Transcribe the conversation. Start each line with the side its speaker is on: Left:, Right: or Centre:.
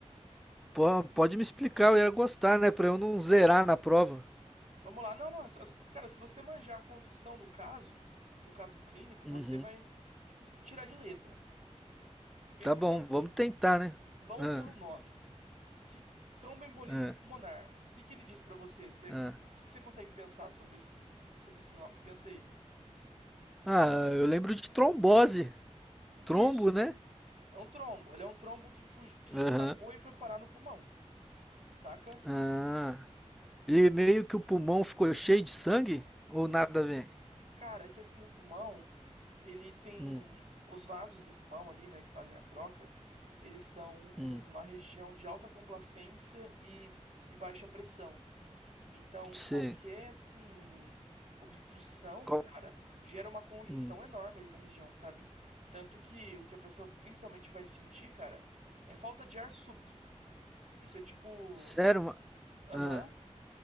Centre: Pô, pode me explicar, eu ia gostar, né? Pra eu não zerar na prova.
Right: Vamos lá. Não, não. é só- é só- Cara, se você manjar a condução do caso, do caso clínico,
Centre: Uhum.
Right: você vai conseguir tirar de letra. Pensa
Centre: Tá bom,
Right: que assim,
Centre: vamos tentar, né?
Right: vamos
Centre: Ah,
Right: pelo nome. Que tromboembolismo
Centre: ah,
Right: pulmonar. O que que ele diz pra você? Você-
Centre: ah.
Right: O que que você consegue pensar sobre esse, sobre esse nome? Pensa aí.
Centre: Ah, eu lembro de trombose.
Right: Isso.
Centre: Trombo, né?
Right: É um trombo. Ele é um trombo que, fugi- que escapou
Centre: Aham.
Right: e foi parar no pulmão, saca?
Centre: Ah, e meio que o pulmão ficou cheio de sangue? Ou nada a ver?
Right: Cara, é que assim, o pulmão, ele tem.
Centre: Hum,
Right: Os vasos do pulmão ali, né, que fazem a troca, eles são uma
Centre: hum,
Right: região de alta complacência e, e baixa pressão. Então,
Centre: Sim.
Right: qualquer, assim, obstrução,
Centre: Qual-
Right: cara, gera uma congestão
Centre: hum.
Right: enorme ali na região, sabe? Tanto que o que a pessoa principalmente vai sentir, cara, é falta de ar súbito. Isso é tipo.
Centre: Sério? ma-
Right: Aham.
Centre: Ah,